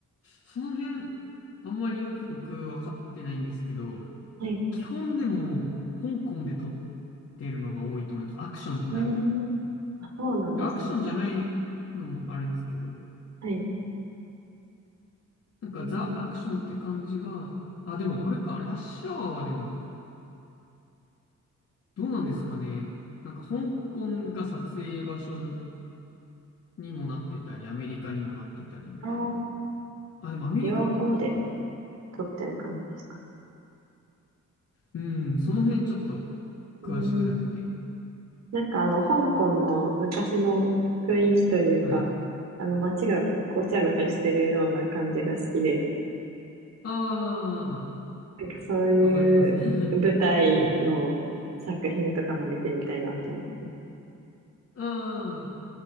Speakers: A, on the left; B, on the right.
A: その辺、あんまりよく僕分かってないんですけど、
B: はい。
A: 基本でも香港で撮ってるのが多いと思います。アクションってなると。
B: うん。あ、そうなんですね。
A: アクションじゃないのもあるんですけど、
B: はい。
A: なんかザ・
B: えー、
A: アクションって感じは、あ、でもあれか、ラッシュアワーはでも、どうなんですかね。なんか香港が撮影場所にもなってたり、アメリカにもなってたりみたいな。
B: あー
A: あ、でもアメリカか、
B: 両方で
A: 基本。
B: 撮ってる感じですか。
A: うん、その辺ちょっと詳しくなくて。
B: うん。なんかあの、香港の昔の雰囲気というか、
A: はい。
B: あの、街がごちゃごちゃしてるような感じが好きで、
A: ああ。
B: なんかそういう舞台の作品とかも見てみたいなと思って。
A: わかります。<laughs> はい。ああ、